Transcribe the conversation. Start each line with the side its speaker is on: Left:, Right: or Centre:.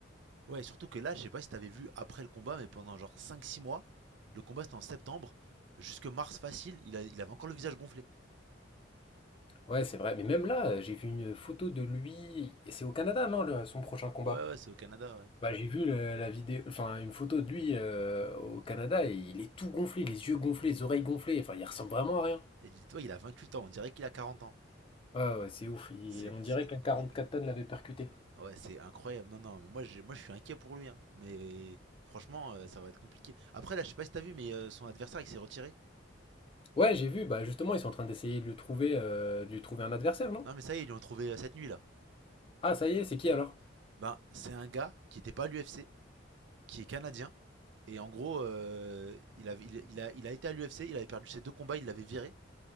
Right: ouais, surtout que là, je sais pas si t'avais vu après le combat, mais pendant genre cinq six mois, le combat c'était en septembre, jusque mars facile, il a- il avait encore le visage gonflé.
Left: Ouais, c'est vrai. Mais même là, j'ai vu une photo de lui. et C'est au Canada, non, le- son prochain combat?
Right: Ouais, ouais, c'est au Canada, ouais.
Left: Bah, j'ai vu le- la vidéo, enfin une photo de lui euh, au Canada et il est tout gonflé, les yeux gonflés, les oreilles gonflées, enfin il ressemble vraiment à rien.
Right: Et dis-toi, il a 28 ans, on dirait qu'il a 40 ans.
Left: Ouais, ouais, c'est ouf, il-
Right: C'est
Left: on dirait
Right: c'est
Left: qu'un
Right: incroyable.
Left: quatre tonnes l'avait percuté.
Right: Ouais, c'est incroyable. Non, non, mais moi, j'ai- moi je suis inquiet pour lui, hein. Mais franchement, euh, ça va être compliqué. Après, là, je sais pas si t'as vu, mais euh, son adversaire, il s'est retiré.
Left: Ouais, j'ai vu, bah justement, ils sont en train d'essayer de lui trouver, euh, de lui trouver un adversaire, non?
Right: Non, mais ça y est, ils lui ont trouvé euh, cette nuit, là.
Left: Ah, ça y est, c'est qui alors?
Right: Oh. Ben, c'est un gars qui n'était pas à l'UFC, qui est canadien. Et en gros, euh, il, avait- il- il a, il a été à l'UFC, il avait perdu ses deux combats, il l'avait viré.